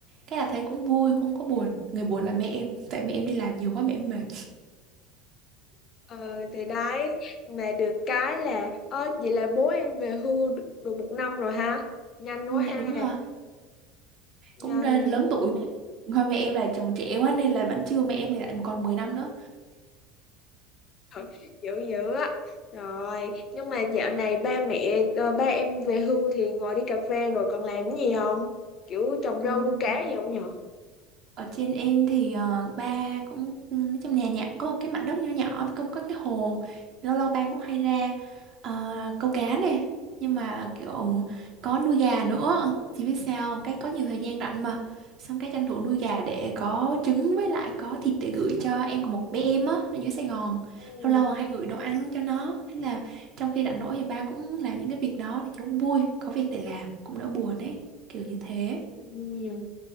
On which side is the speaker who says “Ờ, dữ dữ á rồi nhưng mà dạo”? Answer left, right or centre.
Left